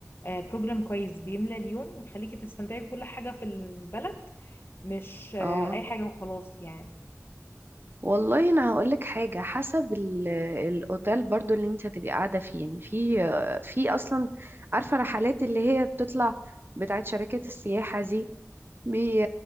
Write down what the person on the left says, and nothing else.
آه، بروجرام كويس بيملى اليوم ويخليكي تستمتعي بكل حاجة في البلد مش آه،
أي حاجة وخلاص يعني